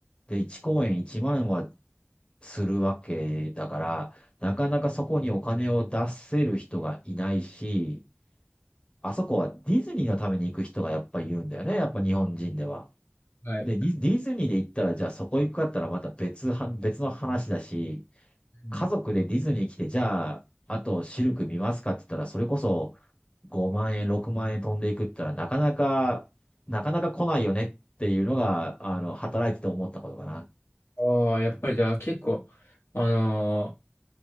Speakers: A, on the left; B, on the left.
A: で、1公演1万はするわけだから、なかなかそこにお金を出せる人がいないし、あそこはディズニーのために行く人がやっぱりいるんだよね、やっぱ日本人では。
B: はい。
A: で、ディディズニーで行ったら、じゃあそこ行くかったらまた別は、別の話だし、
B: うん
A: 家族でディズニー来て、じゃあ、あとシルク見ますかって言ったら、それこそ5万円、6万円飛んでいくって言ったら、なかなか、なかなか来ないよねっていうのが、あの、働いてて思ったことかな。
B: ああ、やっぱりじゃあ結構、あのー